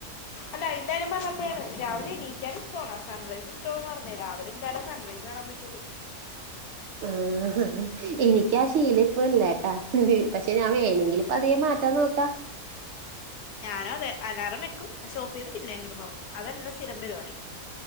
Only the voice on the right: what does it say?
ആഹ് എനിക്കാ ശീലപ്പല്ലാട്ടാ പക്ഷെ ഞാൻ വേണെങ്കില് പതിയെ മാറ്റാൻ നോക്കാ.